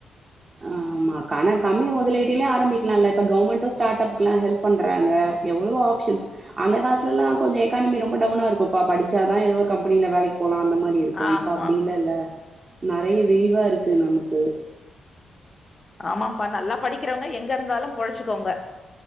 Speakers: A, on the right (about 40°); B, on the left (about 35°).
A: ஆமா ஆனா கம்மி முதலீட்டிலயு ஆரம்பிக்கலா இல்ல இப்ப கவர்மெண்ட்டும் ஸ்டார்ட் அப்கெல்லா ஹெல்ப் பண்றாங்க எவ்ளோ ஆப்ஷன்ஸ் அந்த காலத்துல எல்லா கொஞ்சோ எக்கானமி ரொம்ப டவுனா இருக்கும்ப படிச்சா தா ஏதோ ஒரு கம்பெனில வேலைக்கு போலாம் அந்த மாரி இருக்கோ
B: ஆமா
A: இப்போ அப்டி இல்லல்ல நெறைய விரிவா இருக்கு நமக்கு
B: ஆமாப்பா நல்லா படிக்கிறவங்க எங்க இருந்தாலு பொழைச்சுக்கோங்க